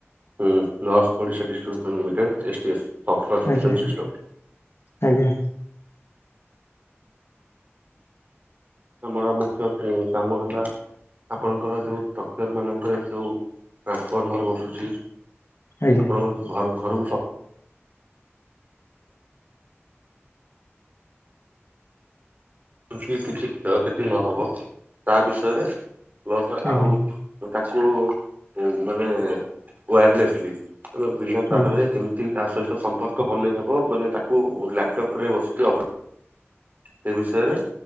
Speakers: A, on the right; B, on the left.
A: ହୁଁ north Odisha distribution limited S T S. ସଫ୍ଟୱୋର୍ପସନ୍
B: ଆଜ୍ଞା
A: ସିଷ୍ଟମ୍।
B: ଆଜ୍ଞା
A: ଆମର ମୁଖ୍ୟ ଉଁ କାମ ହେଲା ଆପଣଙ୍କର ଯୋଉ ଷ୍ଟ୍ରକ୍ଚର ମାନଙ୍କରେ ଯୋଉ ଟ୍ରାନ୍ସଫର୍ମର ବସୁଚି
B: ଆଜ୍ଞା
A: ଆପଣଙ୍କ ଘର ଘରକୁ ସ କିଛି କିଛି କ୍ଷୟକ୍ଷତି ନହବ ତା ବିଷୟରେ ପ୍ଲସ
B: ଆଜ୍ଞା
A: ଆଉ ତାକୁ ମାନେ ୱାୟାରଲେସଲି ମାନେ ବିନା ତାରରେ
B: ଆଜ୍ଞା
A: କେମିତି ତା ସହିତ ସମ୍ପର୍କ ବନେଇ ହେବ ମାନେ ତାକୁ ଲ୍ୟାପଟପ୍ ରେ ବସିକି ଅପ ସେ ବିଷୟରେ